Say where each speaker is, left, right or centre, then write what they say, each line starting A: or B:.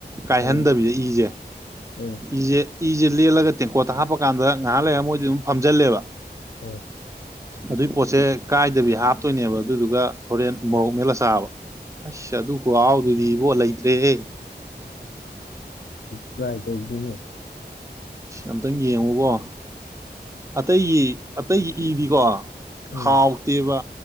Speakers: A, on the right (about 20°); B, on the left (about 75°).
A: ꯀꯥꯏꯍꯟꯗꯕꯤꯗ
B: ꯑꯣ
A: ꯏꯖꯦ
B: ꯎꯝ
A: ꯏꯖꯦ ꯏꯁꯖꯦ ꯂꯦꯜꯂꯒ ꯇꯦꯡꯀꯣꯠꯇ ꯍꯥꯞꯄꯀꯥꯟꯗ ꯉꯥꯏꯍꯥꯛ ꯂꯩꯔ ꯃꯣꯏꯗꯤ ꯑꯗꯨꯝ ꯐꯝꯖꯜꯂꯦꯕ
B: ꯑꯥ
A: ꯑꯗꯨꯏ ꯄꯣꯠꯁꯦ ꯀꯥꯏꯗꯕꯤ ꯍꯥꯞꯇꯨꯏꯅꯦꯕ ꯑꯗꯨꯗꯨꯒ ꯍꯣꯔꯦꯟ ꯃꯣꯔꯣꯛ ꯃꯦꯠꯂꯥ ꯆꯥꯕ ꯑꯁ ꯑꯗꯨ ꯈꯨꯍꯥꯎꯗꯨꯗꯤ ꯏꯕꯣ ꯂꯩꯇ꯭ꯔꯦꯍꯦ
B: ꯇ꯭ꯔꯥꯏ ꯇꯧꯒꯦꯅꯦ
A: ꯑꯝꯇꯪ ꯌꯦꯡꯉꯨꯕꯣ ꯑꯇꯩꯒꯤ ꯑꯇꯩꯒꯤ ꯏꯗꯤꯀꯣ
B: ꯎꯝ
A: ꯍꯥꯎꯇꯦꯕ